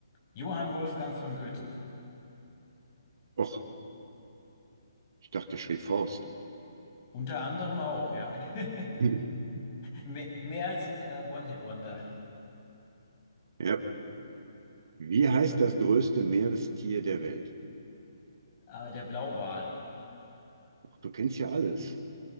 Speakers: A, on the left; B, on the right.
A: Johann Wolfgang von Goethe.
B: Och, ich dachte, der schrieb Faust.
A: Unter anderem auch, ja. <laughs>
B: <laughs>
A: Mehr, mehr als ein äh, One-Hit-Wonder.
B: Ja. Wie heißt das größte Meerestier der Welt?
A: Äh, der Blauwal.
B: Ach, du kennst ja alles.